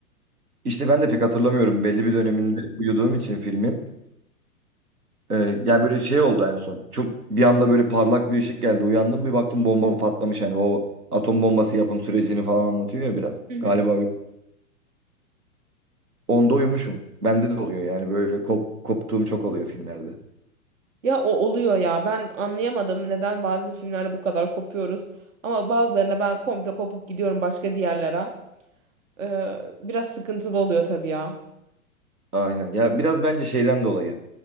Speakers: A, on the right (about 80°); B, on the right (about 60°).
A: işte ben de pek hatırlamıyorum belli bir döneminde uyuduğum için filmin. E, yani böyle şey oldu en son. Çok bir anda böyle parlak bir ışık geldi. Uyandım bir baktım bomba patlamış. Hani o atom bombası yapım sürecini falan anlatıyor ya biraz.
B: Hı hı.
A: Galiba öyle. Onda uyumuşum. Bende de oluyor yani böyle kop, koptuğum çok oluyor filmlerde.
B: Ya o oluyor ya. Ben anlayamadım neden bazı filmlerde bu kadar kopuyoruz. Ama bazılarına ben komple kopup gidiyorum başka diğerlere. Ee, biraz sıkıntılı oluyor tabii ya.
A: Aynen. Ya biraz bence şeyden dolayı.